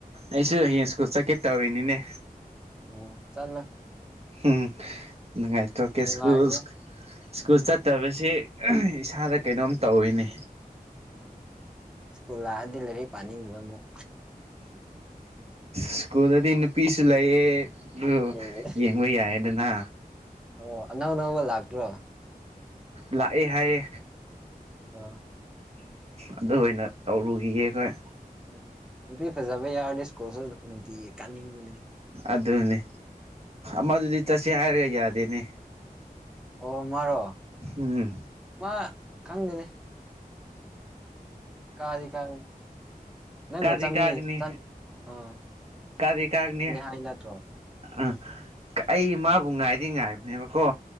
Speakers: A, on the right; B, in the centre.
A: ꯑꯩꯁꯨ ꯍꯌꯦꯡ ꯁ꯭ꯀꯨꯜ ꯆꯛꯀꯦ ꯇꯧꯔꯤꯅꯤꯅꯦ
B: ꯑꯣ ꯆꯠꯂꯣ
A: ꯍꯨꯝ ꯅꯨꯉꯥꯏꯊꯣꯛꯀꯦ
B: ꯅꯨꯡꯉꯥꯏꯕꯅꯤ
A: ꯁ꯭ꯀꯨꯜ ꯁ꯭ꯀꯨꯜ
B: ꯎꯝ
A: ꯆꯠ ꯇꯕꯁꯦ ꯏꯁꯥꯗ ꯀꯩꯅꯣꯝ ꯇꯧꯋꯤꯅꯦ
B: ꯑꯥ ꯁ꯭ꯀꯨꯜ ꯂꯥꯑꯗꯤ ꯂꯩꯔꯤꯛ ꯄꯥꯅꯤꯡꯉꯤꯕ ꯃꯨꯛ
A: ꯁ꯭ꯀꯨꯜꯗꯗꯤ ꯅꯨꯄꯤꯁꯨ ꯂꯩꯌꯦ ꯗꯨ
B: ꯑꯦ
A: ꯌꯦꯡꯕ ꯌꯥꯏꯌꯦꯗꯅ
B: ꯑꯣ ꯑꯉꯥꯡ ꯑꯅꯧꯕ ꯂꯥꯛꯇ꯭ꯔꯣ
A: ꯂꯥꯑꯦ ꯍꯥꯏꯌꯦ
B: ꯑ
A: ꯑꯗꯨ ꯑꯣꯏꯅ ꯇꯧꯔꯨꯒꯤꯒꯦ ꯑꯈꯣꯏ
B: ꯎꯝ ꯅꯨꯄꯤ ꯐꯖꯕ ꯌꯥꯎꯔꯗꯤ ꯁ꯭ꯀꯨꯜꯖꯨ ꯅꯨꯡꯇꯤꯒꯤ ꯀꯥꯅꯤꯡꯕꯅꯦ
A: ꯑꯗꯨꯅꯦ
B: ꯎꯝ
A: ꯑꯃꯗꯨꯗꯤ ꯆꯠꯁꯦ ꯍꯥꯏꯔ ꯌꯥꯗꯦꯅꯦ
B: ꯑꯣ ꯃꯥꯔꯣ
A: ꯎꯝ
B: ꯃꯥ ꯈꯪꯗꯦꯅꯦ ꯀꯥꯗꯤ ꯀꯥꯕꯅꯤ ꯅꯪꯒ
A: ꯀꯥꯗꯤ
B: ꯆꯞꯃꯤꯅꯤ
A: ꯀꯥꯒꯅꯤ
B: ꯆꯠ ꯑꯥ
A: ꯀꯥꯗꯤ ꯀꯥꯒꯅꯤ
B: ꯑꯩ ꯅꯠꯇꯔꯣ
A: ꯑ ꯀ ꯑꯩ ꯃꯥꯕꯨ ꯉꯥꯏꯗꯤ ꯉꯥꯏꯕꯅꯦꯕꯀꯣ